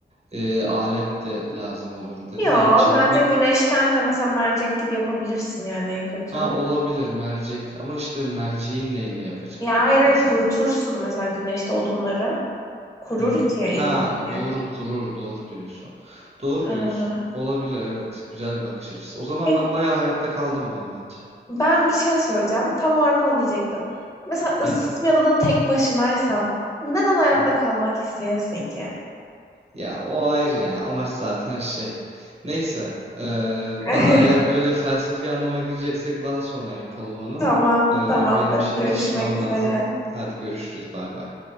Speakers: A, on the right (about 35°); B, on the left (about 15°).
A: e, alet de lazım olur dedi.
B: Yo,
A: Yani çakmak
B: bence güneşten de mesela mercek gibi yapabilirsin yani en kötü.
A: ha olabilir mercek ama işte merceği neyle yapacaksın
B: Ya hayır hayır
A: mesela?
B: kurutursun mesela güneşte odunları. Kurur
A: Hmm.
B: ki ya illa
A: Ha
B: ki.
A: doğru kurur doğru diyorsun. Doğru diyorsun.
B: Ama-
A: Olabilir evet. Güzel bir bakış açısı. O zaman
B: Peki,
A: ben bayağı hayatta kaldım ben bence.
B: ben bir şey söyleyeceğim. Tam olarak onu diyecektim. Mesela ıssız
A: Hı,
B: bir adada tek başınaysan neden hayatta
A: hı.
B: kalmak isteyesin ki?
A: Ya o ayrı ya. Amaç zaten şey. Neyse. eee,
B: <laughs>
A: daha eğer böyle felsefi anlama gireceksek daha sonra yapalım onu.
B: Tamam,
A: Eee,
B: tamamdır.
A: benim şimdi
B: Görüşmek
A: çıkmam
B: üzere.
A: lazım. Hadi görüşürüz. Bay bay.